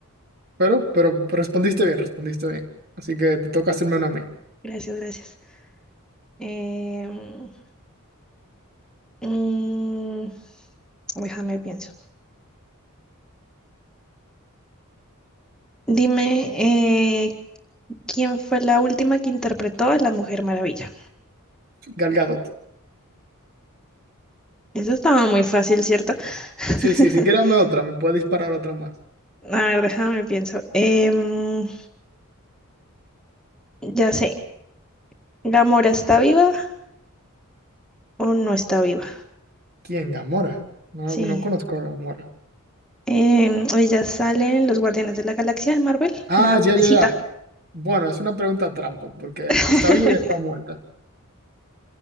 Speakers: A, on the right; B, in the centre.
A: Pero, pero respondiste bien, respondiste bien. Así que te toca hacerme una a mí.
B: Gracias, gracias. Em, mm, déjame pienso. Dime, eh, ¿quién fue la última que interpretó a la Mujer Maravilla?
A: Gal Gadot.
B: Eso estaba muy fácil, ¿cierto? <laughs>
A: Sí, sí, sí, quírame otra, me puede disparar otra más.
B: A ver, déjame pienso. Em, ya sé, ¿Gamora está viva o no está viva?
A: ¿Quién? Gamora. No,
B: Sí.
A: la- no conozco a Gamora.
B: Em, ella sale en Los Guardianes de la Galaxia de Marvel,
A: Ah,
B: la verdecita.
A: ya, ya, ya. Bueno, es una pregunta trampa, porque
B: <laughs>
A: está viva y está muerta.